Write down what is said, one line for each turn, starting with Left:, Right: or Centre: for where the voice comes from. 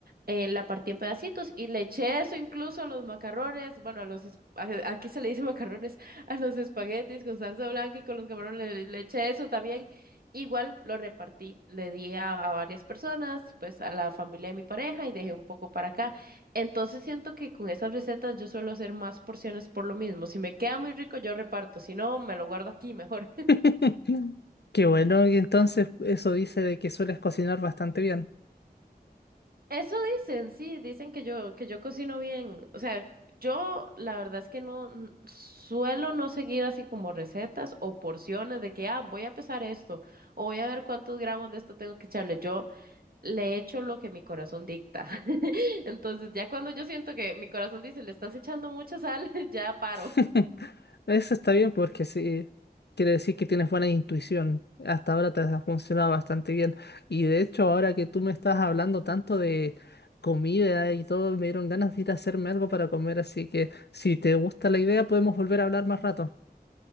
Right: eh, la partí en pedacitos y le eché eso incluso a los macarrones, bueno, a los, es- a- aquí se le dice macarrones, <laughs> a los espaguetis con salsa blanca y con los camarones le, le eché eso también. Igual lo repartí, le di a, a varias personas, pues a la familia de mi pareja y dejé un poco para acá. Entonces siento que con esas recetas yo suelo hacer más porciones por lo mismo. Si me queda muy rico, yo reparto. Si no, me lo guardo aquí mejor.
Left: <laughs> Qué bueno, y entonces eso dice de que sueles cocinar bastante bien.
Right: <laughs> Eso dicen, sí, dicen que yo, que yo cocino bien. O sea, yo la verdad es que no n- suelo no seguir así como recetas o porciones de que, ah, voy a pesar esto o voy a ver cuántos gramos de esto tengo que echarle. Yo le echo lo que mi corazón dicta. <laughs> Entonces, ya cuando yo siento que mi corazón dice, le estás echando mucha sal, <laughs> ya paro.
Left: <laughs> Eso está bien porque sí, quiere decir que tienes buena intuición. Hasta ahora te ha funcionado bastante bien. Y de hecho, ahora que tú me estás hablando tanto de comida y todo, me dieron ganas de ir a hacerme algo para comer. Así que si te gusta la idea, podemos volver a hablar más rato.